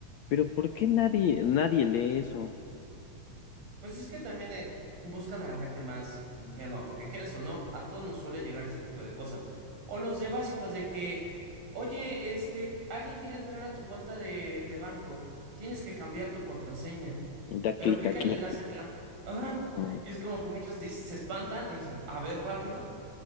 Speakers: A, on the left; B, on the right.
A: pero ¿por qué nadie, nadie lee eso?
B: Pues es que también eh, buscan a la gente más ingenua, porque quieres o no, a todos nos suele llegar ese tipo de cosas. O los de básicos de que, oye, este, alguien quiere entrar a tu cuenta de, de banco, tienes que cambiar tu contraseña,
A: Da
B: pero
A: clic
B: pica
A: aquí.
B: el enlace acá. <laughs> Ajá.
A: Mm,
B: Y es como que muchos dicen, se espantan y dicen, a ver rápido,